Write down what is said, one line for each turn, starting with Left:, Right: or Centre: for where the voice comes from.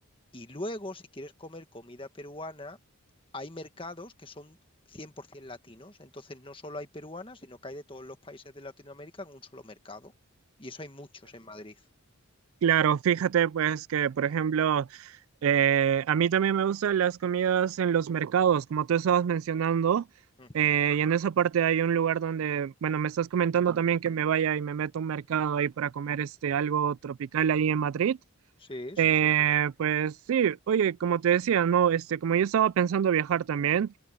Left: Y luego, si quieres comer comida peruana, hay mercados que son 100% latinos. Entonces, no solo hay peruanas, sino que hay de todos los países de Latinoamérica en un solo mercado. Y eso hay muchos en Madrid.
Right: Claro, fíjate pues que, por ejemplo, eh, a mí también me gustan las comidas en los mercados, como tú estabas mencionando,
Left: Ujú.
Right: eh, y en esa parte hay un lugar donde, bueno, me estás comentando también que me vaya y me meto a un mercado ahí para comer este algo tropical ahí en Madrid.
Left: Sí, sí,
Right: Eh,
Left: sí, sí.
Right: pues sí, oye, como te decía, no, este, como yo estaba pensando viajar también,